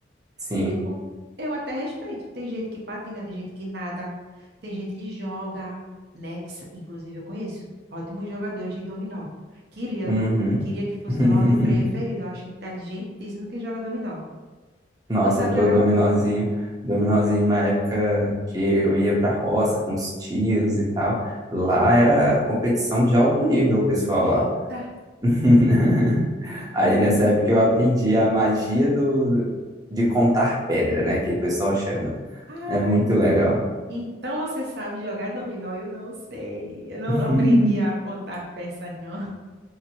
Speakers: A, on the right (about 20°); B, on the right (about 60°).
A: sim.
B: E tipo, eu até respeito. Tem gente que patina, tem gente que nada, tem gente que joga, né? Que, sa- inclusive eu conheço ótimos jogadores de dominó. Queria,
A: Uhum.
B: viu? Queria que fosse
A: <laughs>
B: meu hobby preferido. Eu acho inteligentíssimo quem joga dominó.
A: Nossa,
B: Tu sabe
A: o
B: jogar
A: dominozinho,
B: dominó?
A: dominozinho na época que eu ia pra roça com os tios e tal, lá era competição de alto nível, o pessoal
B: Eita,
A: lá. <laughs> Aí nessa
B: eita.
A: época eu aprendi a magia do de contar pedra, né, que o pessoal chama.
B: Ai.
A: É muito legal.
B: Então você sabe jogar dominó? Eu não sei. Eu não
A: <laughs>
B: aprendi a contar peças, não.